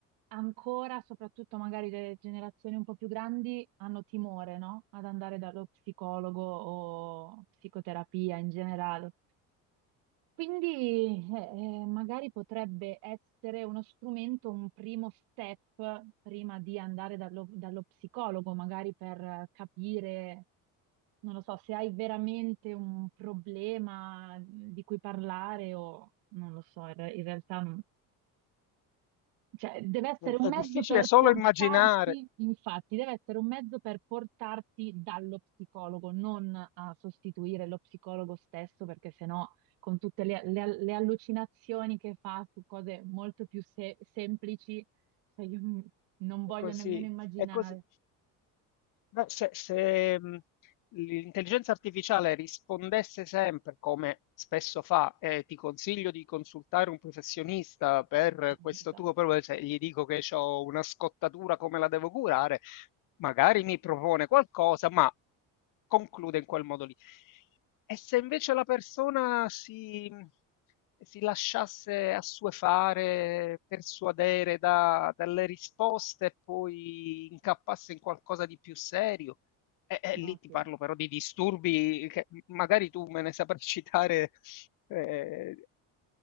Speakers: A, on the right; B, on the left.
A: ancora, soprattutto magari le generazioni un po' più grandi, hanno timore, no? Ad andare dallo psicologo o psicoterapia in generale. Quindi eh, eh, magari potrebbe essere uno strumento, un primo step prima di andare dallo, dallo psicologo, magari per eh, capire, non lo so, se hai veramente un problema mm, di cui parlare o non lo so, in re- in realtà cioè, deve essere un
B: È
A: mezzo
B: difficile
A: per
B: solo
A: portarti,
B: immaginare,
A: infatti, deve essere un mezzo per portarti dallo psicologo, non a sostituire lo psicologo stesso, perché sennò con tutte le, le- le allucinazioni che fa su cose molto più se- semplici, cioè, io non
B: è
A: voglio
B: così,
A: nemmeno immaginare.
B: è così. Beh, se, se, mm, l'intelligenza artificiale rispondesse sempre, come spesso fa, e ti consiglio di consultare un professionista per
A: <laughs>
B: questo
A: Esatto.
B: tuo problema, se gli dico che ho una scottatura, come la devo curare, magari mi propone qualcosa, ma conclude in quel modo lì. E se invece la persona si mhmm, si lasciasse assuefare, persuadere da dalle risposte e poi incappasse in qualcosa di più serio? Eh, eh,
A: No,
B: lì ti
A: sì.
B: parlo però di disturbi che m magari tu me ne saprai <laughs> citare, ehm